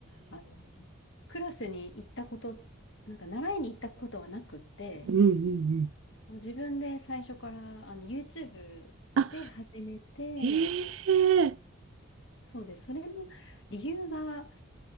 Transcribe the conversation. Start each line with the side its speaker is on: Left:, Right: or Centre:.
Left: あの、クラスに行ったこと、なんか習いに行ったことはなくって、
Right: うんうんうん。
Left: もう自分で最初からあの YouTube
Right: あ、
Left: で始めて、
Right: ええ
Left: そうです。それも理由が、ん、